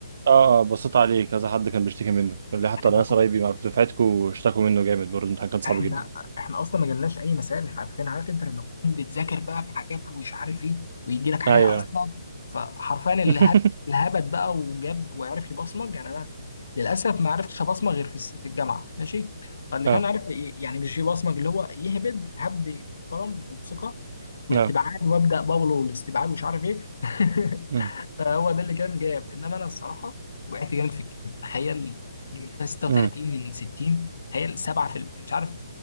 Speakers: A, on the right (about 45°); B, on the left (about 65°).
A: اه اه بصيت عليه كذا حد كان بيشتكي منه قال لي حتى
B: احنا
A: ناس قرايبي مع- في دفعتكوا اشتكوا منه جامد برضه الامتحان كان صعب
B: احنا
A: جدا
B: احنا اصلا ما جالناش اي مسائل حرفيا عارف انت لما تكون بتذاكر بقى في حاجات ومش عارف ايه ويجي لك حاجه
A: ايوه
B: اصلا فحرفيا اللي
A: <laughs>
B: هب اللي هبت بقى وجاب وعرف يبصمج يعني انا للاسف ما عرفتش ابصمج غير في الس- في الجامعه ماشي فاللي
A: اه
B: كان عارف ي- يعني مش يبصمج اللي هو يهبد هبد محترم وبثقه واستبعاد
A: اه
B: وابدا بابلو والاستبعاد ومش عارف ايه <laughs>
A: أمم،
B: هو ده اللي كان جاب انما انا الصراحه وقعت جامد في الكيمياء تخيل جبت فيها 36
A: أمم،
B: من 60 تخيل 7 في ال- مش عارف